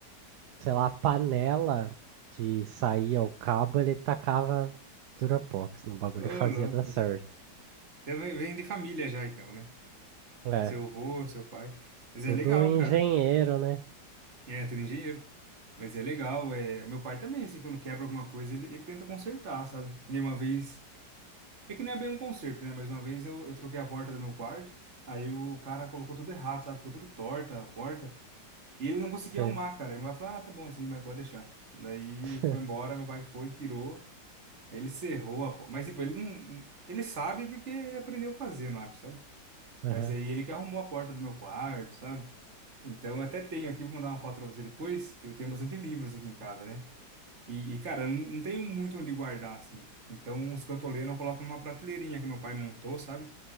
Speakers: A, on the right; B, on the right.
A: sei lá, a panela que saía o cabo, ele tacava Durapox no bagulho
B: Ô,
A: e fazia
B: louco.
A: dar certo.
B: Até vem vem de família já, então, né?
A: É,
B: Seu avô, seu pai. Mas
A: tudo
B: é legal,
A: engenheiro,
B: cara.
A: né?
B: É, tu é engenheiro. Mas é legal, é... Meu pai também, assim, quando quebra alguma coisa, ele, ele tenta consertar, sabe? E nem uma vez... É que não é bem um conserto, né? Mas uma vez eu, eu troquei a porta do meu quarto, aí o cara colocou tudo errado, sabe? Ficou tudo torta a porta, e ele não conseguia
A: Sei.
B: arrumar, cara. Aí meu pai falou, ah, tá bom assim, mas pode deixar. Daí
A: <laughs>
B: ele foi embora, meu pai foi, tirou, aí ele cerrou a porta. Mas, tipo, ele não... Ele sabe porque ele aprendeu a fazer, não acho, sabe?
A: Aham.
B: Mas aí ele que arrumou a porta do meu quarto, sabe? Então, eu até tenho aqui, vou mandar uma foto pra você depois. Eu tenho bastante livros aqui em casa, né? E, e, cara, eu não não tenho muito onde guardar, assim. Então, os cantoleiros eu coloco numa prateleirinha que meu pai montou, sabe?